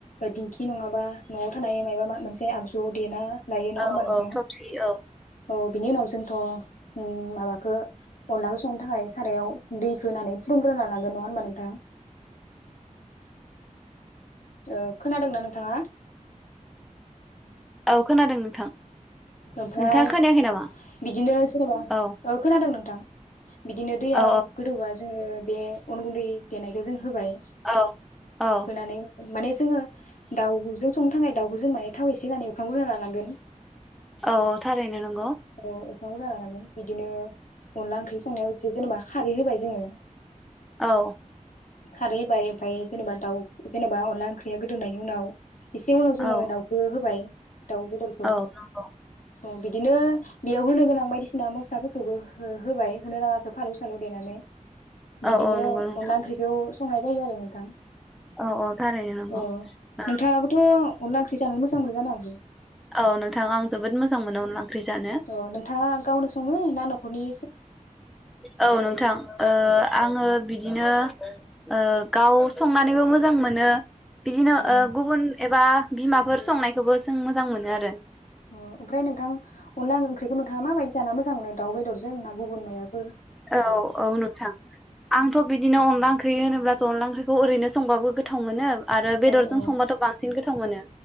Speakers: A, on the left (about 70°); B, in the centre.
A: दिंखि नङाबा न'आव थानाय मायबा मोनसे आगजुआव देना लायो नङा
B: औ
A: होमबा नोंथां
B: औ थबसि औ
A: औ बिनि उनाव जों थ' उम माबाखो अनलाखौ सु संनो थाखाय सारायाव दैखौ होनानै फुलुंग्रोना लानांगोन नङा होनबा नोंथां। ओ खोनादोंना नोंथाङा?
B: औ खोनादों नोंथां।
A: ओमफ्राय
B: नोंथाङा खोनायाखै नामा
A: बिदिनो सोरबा
B: औ
A: ओ खोनादों नों थां बिदिनो दैया
B: औ
A: गोदौबा जोङो बे अन गुन्दै देनायखौ जों होबाय
B: औ औ
A: होनानै माने जोङो दाउजों संनो थाखाय दाउखौ जों माने थाव एसे होनानै एवखांग्रोना लानांगोन
B: औ थारैनो नं
A: औ बिफां गुरजा लानांगोन बिदिनो अनला ओंख्रि संनायाव एसे जेनेबा खारै होबाय जोङो
B: औ
A: खारै होबाय ओमफ्राय जेनेबा दाउ जेनेबा अनला ओंख्रिया गोदौनायनि उनाव एसे उनाव
B: औ
A: जोङो दाउखो होबाय दाउ बेदरखौ
B: औ नंगौ
A: औ बिदिनो बेयाव होनो गोनां बायदिसिना मस्लाफोरखौबो हो होबाय होनोलागाखौ फालौ सालौ देनानै
B: औ
A: बिदिनो
B: औ नंगौ नोंथां
A: अनला ओंख्रिखौ संनाय जायो आरो नोंथां अ
B: औ औ थारैनो नंगौ ओ
A: नोंथाङाबोथ' अनला ओंख्रि जानो मोजां मोनो जानो हागौ
B: औ नोंथां आं जोबोद मोजां मोनो अनला ओंख्रि जानो
A: अ नोंथाङा गावनो सङो ना न' खरनि
B: औ नोंथां आङो बिदिनो ओ गाव संनानैबो मोजां मोनो बिदिनो
A: अ
B: ओ गुबुन एबा बिमाफोर संनायखौबो जों मोजां मोनो आरो
A: अ ओमफ्राय नोंथां अनला ओंख्रिखौ नोंथाङा माबायदि जानो मोजां मोनो? दाउ बेदरजों ना गुबुन मायबाफोर
B: औ औ नुथां आंथ' बिदिनो अनला ओं ख्रि होनोब्लाथ' अनला ओंख्रि ओरैनो संबाबो गोथाव मोनो आरो बेदरजों
A: औ औ
B: संबाथ बांसिन गोथाव थाव मोनो